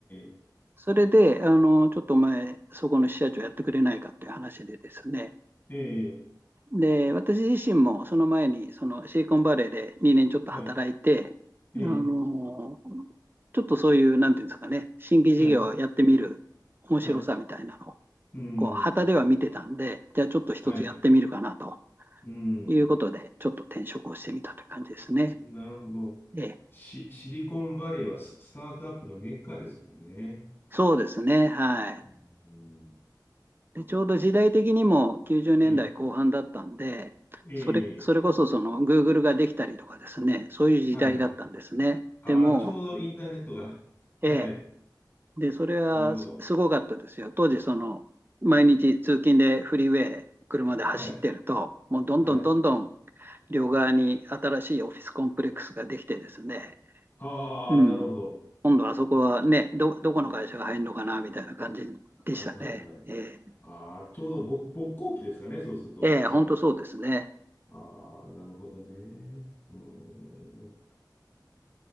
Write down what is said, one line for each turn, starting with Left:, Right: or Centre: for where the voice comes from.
Left: え、
Right: それで、あの、ちょっとお前、そこの支社長やってくれないかという話でですね、
Left: ええ、
Right: で、私自身もその前にそのシリコンバレーで2年ちょっと働いて、
Left: はい。ええ、
Right: あのーちょっとそういう、なんていうんですかね、新規事業をやってみる面白さみたいなのを、
Left: はい、はい。うーん、
Right: こう、旗では見てたんで、じゃあちょっと一つやってみるかなと
Left: はい。うーん、
Right: いうことで、ちょっと転職をしてみたという感じですね。
Left: なるほど。
Right: ええ、
Left: シ、シリコンバレーはス、スタートアップのメッカですもんね。
Right: そうですね、はい。
Left: うーん、
Right: で、ちょうど時代的にも90年代後半だったんで、
Left: ええ、ええ、
Right: それ、それこそその Google ができたりとかですね、そういう時代だったんですね。
Left: はい、はい。ああ、
Right: でも、
Left: ちょうどインターネットが。
Right: ええ、
Left: はい。
Right: で、それはすすごかったですよ。
Left: なるほど。
Right: 当時、その、毎日通勤でフリーウェイ、車で走ってると、
Left: はい。
Right: もうどんどんどんどん
Left: はい。
Right: 両側に新しいオフィスコンプレックスができてですね、
Left: ああ、
Right: うん、
Left: なるほど。
Right: 今度あそこはね、ど、どこの会社が入るのかなみたいな感じでしたね。
Left: はいはいはい。
Right: ええ、
Left: ああ、ちょうどぼ勃興期ですかね、そうすると。
Right: ええ、
Left: その、
Right: 本当そうですね。
Left: ああ、なるほどね。うーん。